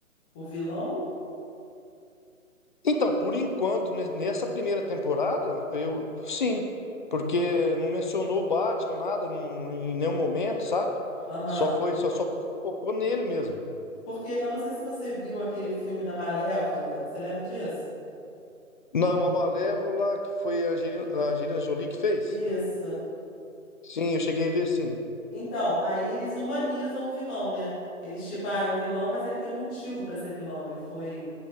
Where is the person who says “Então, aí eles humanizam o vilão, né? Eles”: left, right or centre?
Centre